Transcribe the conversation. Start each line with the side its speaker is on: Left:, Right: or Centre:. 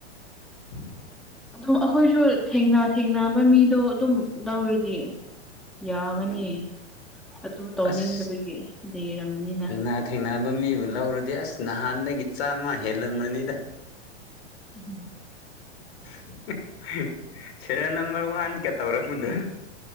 Left: <inaudible>
Centre: ꯑꯗꯨꯝ ꯑꯩꯈꯣꯏꯁꯨ ꯊꯦꯡꯅ ꯊꯦꯡꯅꯕ ꯃꯤꯗꯣ ꯑꯗꯨꯝ ꯂꯧꯔꯗꯤ ꯌꯥꯒꯅꯤ
Left: ꯎꯝ
Centre: ꯑꯗꯨ ꯇꯧꯅꯤꯡꯗꯕꯒꯤ
Left: ꯑꯁ
Centre: ꯂꯩꯔꯝꯒꯅꯤꯅ
Left: ꯊꯦꯡꯅ ꯊꯦꯡꯅꯕ ꯃꯤꯕꯨ ꯂꯧꯔꯗꯤ ꯑꯁ ꯅꯍꯥꯟꯗꯒꯤ ꯆꯥꯝꯃ ꯍꯦꯜꯂꯝꯂꯅꯤꯗ
Centre: <unintelligible>
Left: <unintelligible> ꯁꯦꯔꯦꯜ ꯅꯝꯕꯔ ꯋꯥꯟꯒ ꯇꯧꯔꯛꯄꯗ